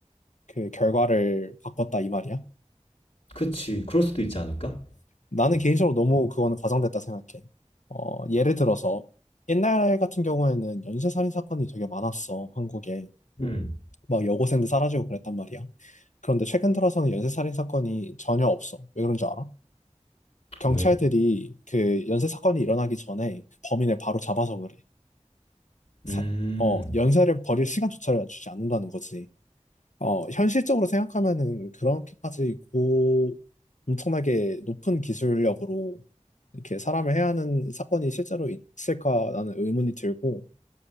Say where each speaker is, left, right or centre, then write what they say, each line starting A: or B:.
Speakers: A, on the left (about 85°); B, on the left (about 60°).
A: 그 결과를 바꿨다 이 말이야.
B: 그치, 그럴 수도 있지 않을까?
A: 나는 개인적으로 너무 그거는 과장됐다 생각해. 어, 예를 들어서 옛날 같은 경우에는 연쇄살인 사건이 되게 많았어, 한국에.
B: 음,
A: 막 여고생들 사라지고 그랬단 말이야. 그런데 최근 들어서는 연쇄살인 사건이 전혀 없어. 왜 그런 줄 알아? 경찰들이
B: 왜?
A: 그 연쇄 사건이 일어나기 전에 그 범인을 바로 잡아서 그래. 사-
B: 음.
A: 어, 연쇄를 벌일 시간조차를 주지 않는다는 거지. 어, 현실적으로 생각하면은 그렇게까지 고 엄청나게 높은 기술력으로 이렇게 사람을 해야 하는 사건이 실제로 있을까라는 의문이 들고